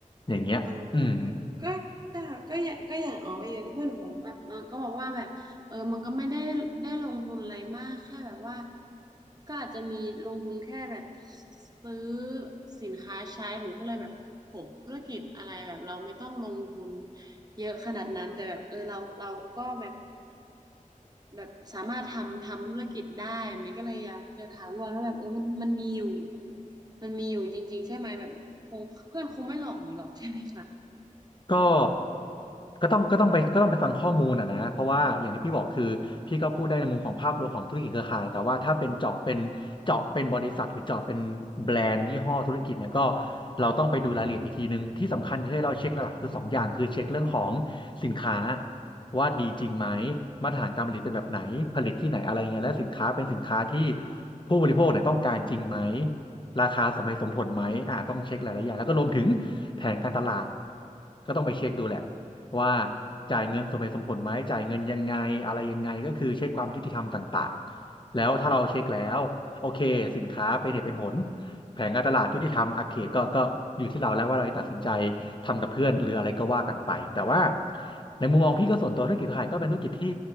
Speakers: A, on the left; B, on the right.
A: อย่างเงี้ยอืม
B: อ๋อก็ก็แต่ก็อย่างก็อย่างอ๋ออย่างที่เพื่อนหนูบอกแบบมันก็บอกว่าแบบเออมันก็ไม่ได้ได้ลงทุนอะไรมากแค่แบบว่าก็อาจจะมีลงทุนแค่แบบซื้อสินค้าใช้หนูก็เลยแบบโหธุรกิจอะไรแบบเราไม่ต้องลงทุนเยอะขนาดนั้น แต่แบบเออเราเราก็แบบแบบสามารถทำทำธุรกิจได้แบบนี้ก็เลยอยากจะถามว่าแล้วแบบเออมันมันมีอยู่มันมีอยู่จริงๆใช่ไหมแบบคงเพื่อนคงไม่หลอกหนูหรอกใช่ไหมคะ
A: ก็ก็ต้องก็ต้องไปก็ต้องไปฟังข้อมูลอ่ะนะเพราะว่าอย่างที่พี่บอกคือพี่ก็พูดได้ในมุมของภาพรวมของธุรกิจเครือข่าย แต่ว่าถ้าเป็นเจาะเป็นเจาะเป็นบริษัทหรือเจาะเป็นแบรนด์ยี่ห้อธุรกิจเนี่ยก็เราต้องไปดูรายละเอียดอีกทีนึงที่สำคัญที่เราเช็คหลักๆคือสองอย่างคือเช็คเรื่องของสินค้า
B: อืม
A: ว่าดีจริงไหมมาตรฐานการผลิตเป็นแบบไหนผลิตที่ไหนอะไรยังไงและสินค้าเป็นสินค้าที่ผู้บริโภคเนี่ยต้องการจริงไหม ราคาสมเหตุสมผลไหมอ่าต้องเช็คหลายๆอย่างแล้วก็รวมถึงแผนการตลาดก็ต้องไปเช็คดูแหละว่า
B: อืม
A: จ่ายเงินสมเหตุสมผลไหมจ่ายเงินยังไงอะไรยังไงก็คือเช็คความยุติธรรมต่างๆแล้วถ้าเราเช็คแล้วโอเคสินค้าเป็นเหตุเป็นผลแผนการตลาดยุติธรรมโอเคก็ก็อยู่ที่เราแล้วว่าเราจะตัดสินใจทำกับเพื่อนหรืออะไรก็ว่ากันไปแต่ว่าในมุมมองพี่ก็ส่วนตัวธุรกิจขายก็เป็นธุรกิจที่